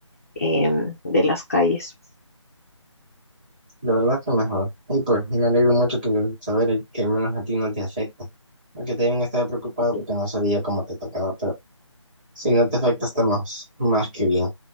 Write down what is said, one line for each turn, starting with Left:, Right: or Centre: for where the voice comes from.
Left: em, de las calles.
Right: La verdad que mejor. Y pues me alegro mucho que lo- saber que al menos a ti no te afecta. Aunque te hayan estado preocupado
Left: Sí,
Right: porque no sabía cómo te tocaba, pero si no te afecta estamos más que bien.